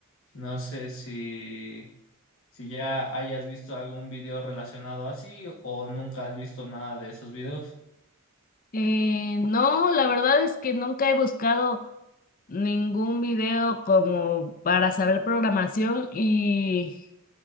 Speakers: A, on the left; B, on the left.
A: No sé si si ya hayas visto algún video relacionado así o nunca has visto nada de esos videos.
B: Eh, no, la verdad es que nunca he buscado ningún video como para saber programación y